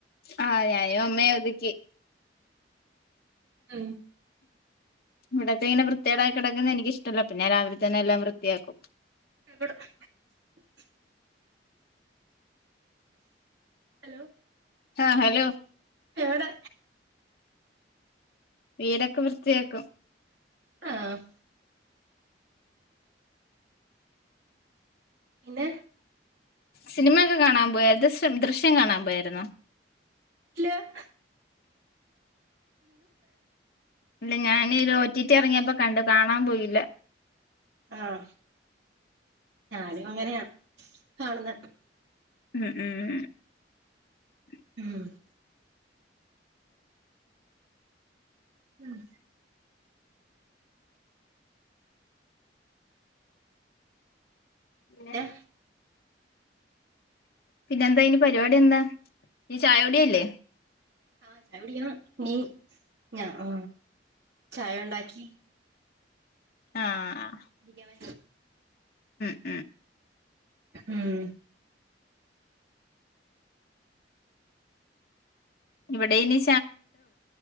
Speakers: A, on the left (about 55°); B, on the right (about 70°).
A: ആ ഞായും അമ്മെയുഒതുക്കി
B: ഉം
A: ഇവിടക്കെ ഇങ്ങനെ വൃത്തിയേടായി കിടക്കുന്നേ എനിക്കിഷ്ടല്ലാ പിന്നെ രാവിലെ തന്നെ എല്ലാം വൃത്തിയാക്കും
B: <unintelligible> ഹലോ
A: ആ ഹലോ
B: എവടെ
A: വീടൊക്കെ വൃത്തിയാക്കും
B: ആമ് പിന്നെ
A: സിനിമ ഒക്കെ കാണാൻ പോയ ദശം ദൃശ്യം കാണാൻ പോയിരുന്നോ
B: ഇല്ലാഅഹ്
A: ഇല്ല ഞാനീ ലോറ്റിറ്റ് ഇറങ്ങിയപ്പോ കണ്ടു കാണാൻ പോയില്ല
B: ആഞാനും അങ്ങനെയാ കാണുന്നേ
A: ഉം ഉം <unintelligible>
B: ഉം <inaudible> ഉം പിന്നെ
A: ഏ പിന്നെ എന്താ ഇന്നീ പരിപാടി എന്താ നി ചായകുടിയല്ലേ
B: ആചായ കുടിക്കണം നീ ഞ ആ ചായ ഉണ്ടാക്കി
A: ആഹ
B: കുടിക്കാന
A: ഉം
B: ഉം
A: ഇവിടെ ഇനി